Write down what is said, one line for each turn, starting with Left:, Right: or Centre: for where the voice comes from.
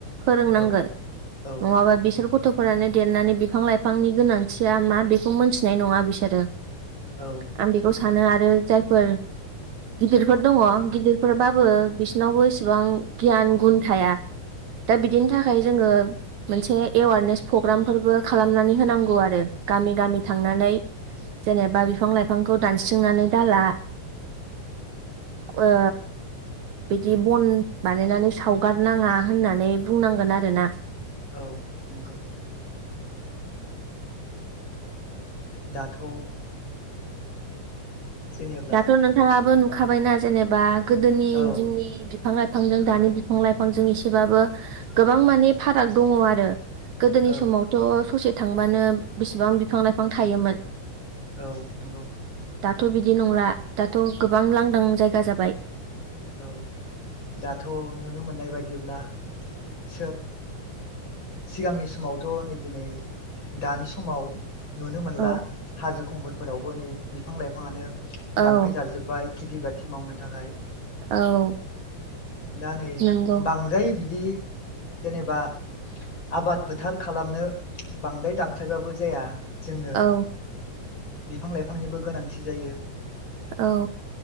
Right: फोरोंनांगोन
Left: औ औ
Right: नङाबा बिसोर गथ'फोरानो देरनानै बिफां लाइफां बिफांनि गोनांथिया मा बेखौ मोनथिनाय नङा बिसोरो
Left: औ
Right: आं बेखौ
Left: नंगौ
Right: सानो आरो जायफोर गिदिरफोर दङ गिदिरफोरबाबो बिसिनावबो इसेबां गियान गुन थाया। दा बिदिनि थाखाय जोङो मोनसे एवारनेस प्रग्रामफोरबो खालामनानै नानै होनांगौ आरो गामि गामि थांनानै जेनेबा बिफां लाइफांखौ दानस्रिांनानै दाला। ओ। बिदि बन बानायनानै सावगारनाङा होननानै बुंनांगोन आरोना
Left: औ नंगौ दाथ' जेनेब्ला
Right: दाथ' नोंथाङाबो नुखाबायना जेनेबा गोदोनि
Left: औ
Right: दिननि बिफां लाइफांजों दानि बिफां लाइफांजों एसेबाबो गोबां माने फाराग दङ आरो। गोदोनि
Left: औ
Right: समावथ' ससे थांबानो बेसेबां बिफां लाइफां थायोमोन।
Left: औ नंगौ
Right: थ' बिदि नंला दाथ' गोबां लांदां जायगा जाबाय।
Left: औ दाथ' नुनो मोननाय बायदिब्ला सोब सिगांनि समावथ' नै दिनै दानि समाव नुनो मोनला
Right: औ
Left: हाजो खंखरफोरावबो नै बिफां लाइफाङानो
Right: औ
Left: दानफाय जाजोब्बाय खिथि बाथि मावनो थाखाय
Right: औ
Left: दा नै
Right: नंगौ
Left: बांद्राय बिदि जेनेबा आबाद फोथार खालामनो बांद्राय दानफायबाबो जाया जोंनो
Right: औ
Left: बिफां लाइफांनिबो गोनांथि जायो
Right: औ